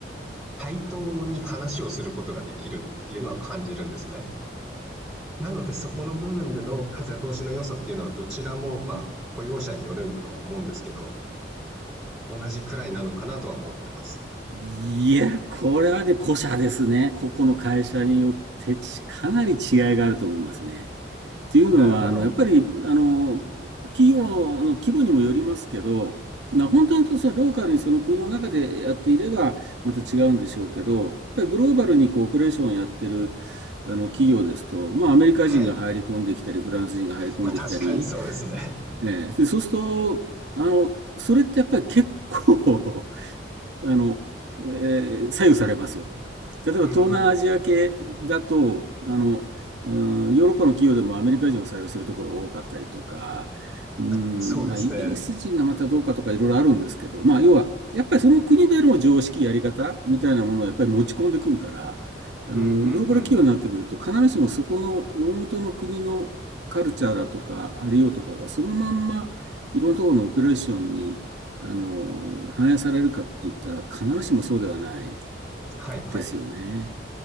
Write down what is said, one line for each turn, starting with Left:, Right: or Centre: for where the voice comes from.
Centre: 対等に話をすることができるっていうのは感じるんですね。なのでそこの部分での風通しの良さっていうのはどちらもまあ雇用者によるとは思うんですけど、同じくらいなのかなとは思ってます。
Right: いや、これはね、個社ですね。個々の会社によってちかなり違いがあると思いますね。っていうのは、
Centre: なるほど。
Right: あの、やっぱり、あの、企業の規模にもよりますけど、まあ、本当にとそのローカルにその国の中でやっていれば、また違うんでしょうけど、やっぱりグローバルにこうオペレーションをやってる、あの、企業ですと、まあ、アメリカ人が入り込んできたり、
Centre: はい。
Right: フランス人が入り込んできたり、
Centre: <laughs> まあ確かにそうですね。
Right: ね、でそうすると、あの、それってやっぱり結構あの、えー左右されますよ。例えば東南アジア系だと、
Centre: うん。
Right: あの、うんヨーロッパの企業でもアメリカ人を採用しているところが多かったりとか、うん、
Centre: まあ、そうですね。
Right: まあ、イギリス人がまたどうかとかいろいろあるんですけど、まあ、要は、やっぱりその国での常識、やり方みたいなものをやっぱり持ち込んでくるから、あの、
Centre: うんうんうん。
Right: グローバル企業になってくると、必ずしもそこの大元の国のカルチャーだとか、ありようとかが、そのまんま、いろんなところのオペレーションに、あの、反映されるかって言ったら必ずしもそうではない
Centre: はいはい。
Right: ですよね。